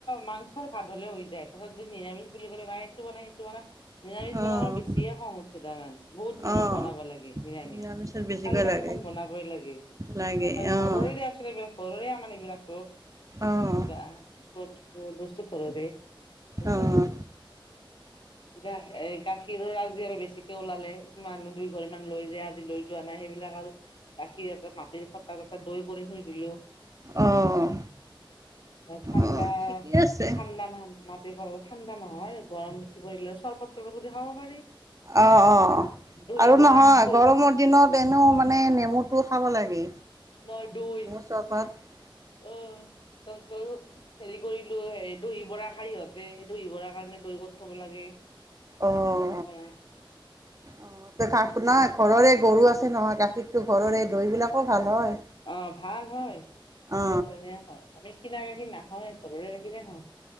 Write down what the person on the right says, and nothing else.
অ'
অ'
নিৰামিষত বেছিকৈ
লাগে
লাগে
অ'
অ'
অ'
অ'
অ' ঠিকে আছে
অ', অ',
আৰু
নহয়
গৰম দিনত এনেও মানে নেমুটো খাব লাগে।
<inaudible>
অ'।
অ', গা নহয় ঘৰৰে গৰু আছে নহয় গাখীৰটো ঘৰৰে দৈবিলাকো ভাল হয়।
অ